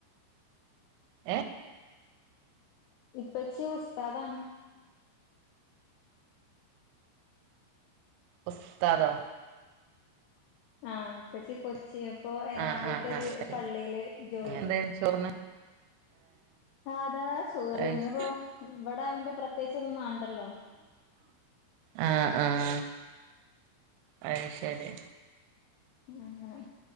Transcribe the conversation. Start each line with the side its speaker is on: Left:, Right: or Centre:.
Right: ഏ
Left: ഇപ്പച്ചി ഉസ്താദാണ്
Right: ഉസ്ത്താദോ
Left: ആഹ ഇപ്പച്ചി കൊച്ചി ഇപ്പൊ എറണാകുളത്ത്ഒരു
Right: ആഹ് ആഹ് ആഹ് ശരി
Left: പള്ളിയില് ജോല്
Right: എന്തായിരുന്നു ചോറിന്
Left: സാധാ ചോറ്
Right: ഏഹ്
Left: ഇന്നിപ്പോ ഇവിടെ ആയോണ്ട് പ്രത്യേകിച്ചൊന്നും മണ്ടല്ലോ
Right: ആ ആഹ അത്ശരി
Left: അങ്ങനെ